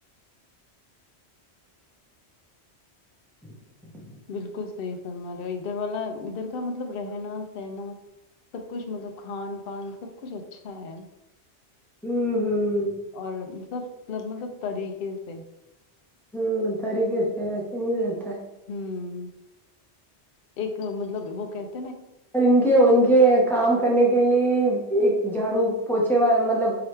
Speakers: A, in the centre; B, on the left (about 60°).
A: ج <inaudible>
B: بالکل صحیح فرما رہے اور ادھر والا ادھر کا مطلب رہنا سہنا سب کچھ مطلب کھان پان سب کچھ اچھا ہے <unintelligible>
A: ہوں ہوں <unintelligible>
B: اور سب ملب مطلب طریقے سے <inaudible>
A: ہوں طریقے سے ایسے نہیں رہتا ہے <unintelligible>
B: ہوں ایک مطلب وہ کہتے <unintelligible>
A: اور ان کے ان کے کام کرنے کے لیے <unintelligible> ایک جھاڑو پوچھے وال مطلب